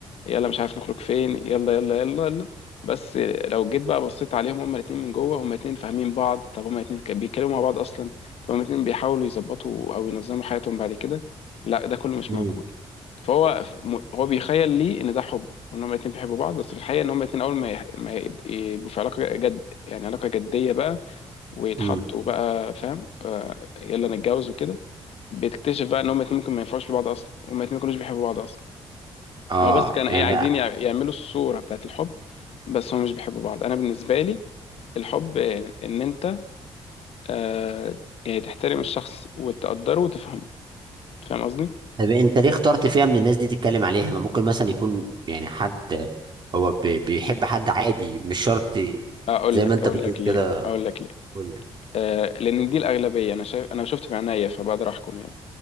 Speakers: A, on the left; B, on the right.
A: يلا مش عارف نخرج فين يلا يلا يلا يلا بس لو جيت بقى بصيت عليهم هما الاتنين من جوه هما الاتنين فاهمين بعض طب هما الاتنين كانوا بيتكلموا مع بعض اصلا طب هما الاتنين بيحاولوا يظبطوا او ينظموا حياتهم بعد كده لا ده كله مش
B: مم.
A: موجود فهو م- هو بيخيل لي ان ده حب وان هما الاتنين بيحبوا بعض بس في الحقيقة ان هما الاتنين اول ما يح- ما يب- يبقوا في علاقة جد يعني علاقة جدية بقى ويتحطوا
B: مم.
A: بقى فاهم آه، يلا نتجوز وكده بتكتشف بقى ان هما الاتنين ممكن ما ينفعوش لبعض اصلا هما الاتنين ما كانوش بيحبوا بعض اصلا
B: اه
A: هو بس كان
B: يعني
A: ايه عايزين يع- يعملوا الصورة بتاعت الحب بس هما مش بيحبوا بعض انا بالنسبة لي الحب آه، ان انت آه يعني تحترم الشخص وتقدره وتفهمه فاهم قصدي
B: طب انت ليه اخترت فئة من الناس دي تتكلم عليها ما ممكن مثلا يكون يعني حد هو بي- بيحب حد عادي مش شرط
A: اقول
B: زي
A: لك
B: ما انت
A: اقول
B: بتقول
A: لك ليه
B: كده
A: اقول لك ليه
B: كل
A: آه لان دي الاغلبية انا شايف انا شفت بعينيا فبقدر احكم يعني